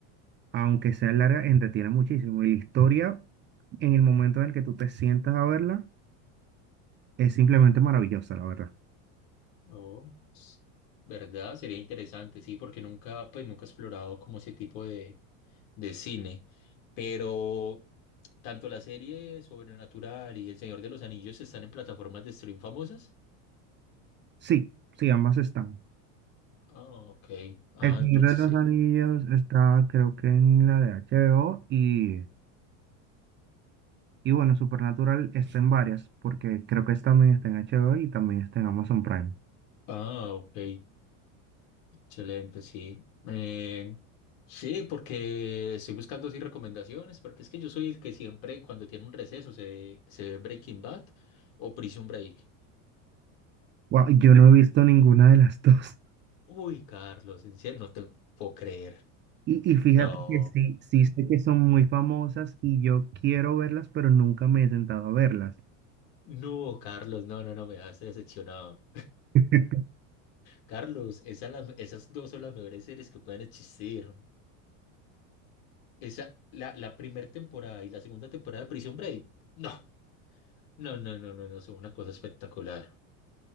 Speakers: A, on the right; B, on the left.
A: aunque sea larga, entretiene muchísimo. Y la historia, en el momento en el que tú te sientas a verla, es simplemente maravillosa, la verdad.
B: No, s- ¿verdad? Sería interesante, sí, porque nunca, pues nunca he explorado como ese tipo de de cine, pero tanto la serie Sobrenatural y El Señor de los Anillos están en plataformas de stream famosas.
A: Sí, sí, ambas están.
B: Ah, ok. Ah,
A: El Señor
B: entonces
A: de
B: sí.
A: los Anillos está, creo que en la de HBO y, y bueno, Supernatural está en varias, porque creo que también está en HBO y también está en Amazon Prime.
B: Ah, ok. Excelente, sí. Eh, sí, porque estoy buscando así recomendaciones, porque es que yo soy el que siempre cuando tiene un receso se, se ve Breaking Bad o Prison Break.
A: Wow, yo no he visto ninguna de las <laughs> dos.
B: Uy, Carlos, en serio, no te puedo creer.
A: Y, y fíjate
B: No,
A: que sí, sí sé que son muy famosas y yo quiero verlas, pero nunca me he sentado a verlas.
B: no, Carlos, no, no, no, me has decepcionado.
A: <laughs>
B: Carlos, esa la- esas dos son las mejores series que pueden existir. Esa, la, la primera temporada y la segunda temporada de Prison Break. No, no, no, no, no, no, son una cosa espectacular.